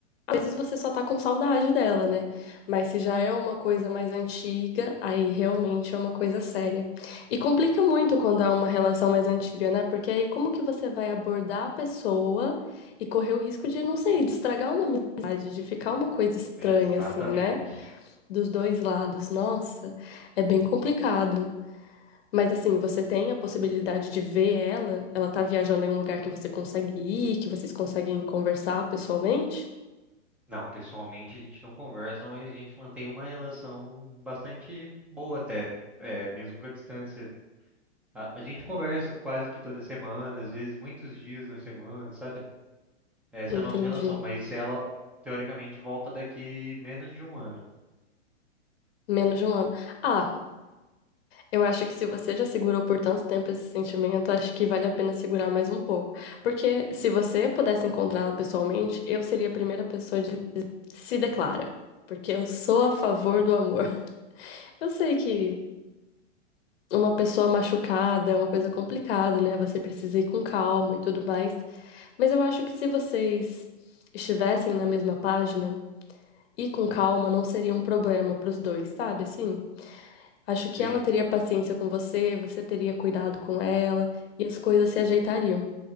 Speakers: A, on the left; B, in the centre.
A: Às vezes você só tá com saudade dela, né? Mas se já é uma coisa mais antiga, aí realmente é uma coisa séria. E complica muito quando é uma relação mais antiga, né? Porque aí como que você vai abordar a pessoa e correr o risco de, não sei, de estragar uma amizade, de ficar uma coisa estranha,
B: Exatamente.
A: assim, né? Dos dois lados. Nossa, é bem complicado. Mas assim, você tem a possibilidade de ver ela? Ela tá viajando em um lugar que você consegue ir, que vocês conseguem conversar pessoalmente?
B: Não, pessoalmente a gente não conversa, mas a gente mantém uma relação bastante boa até, é, mesmo com a distância. A, a gente conversa quase que toda semana, às vezes muitos dias na semana, sabe? Essa
A: Entendi.
B: é a nossa relação, mas ela teoricamente volta daqui menos de um ano.
A: Menos de um ano. Ah, eu acho que se você já segurou por tanto tempo esse sentimento, acho que vale a pena segurar mais um pouco. Porque se você pudesse encontrá-la pessoalmente, eu seria a primeira pessoa de se declara. Porque eu sou a favor do amor. <laughs> Eu sei que uma pessoa machucada é uma coisa complicada, né? Você precisa ir com calma e tudo mais. Mas eu acho que se vocês estivessem na mesma página, ir com calma não seria um problema pros dois, sabe? Assim. Acho que
B: Sim.
A: ela teria paciência com você, você teria cuidado com ela e as coisas se ajeitariam.